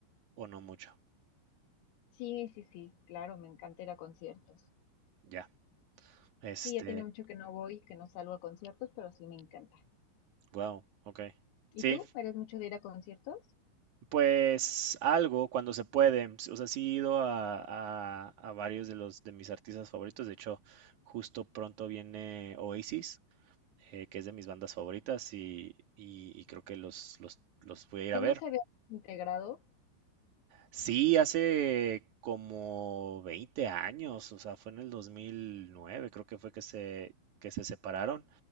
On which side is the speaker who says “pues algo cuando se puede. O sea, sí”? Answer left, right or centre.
Right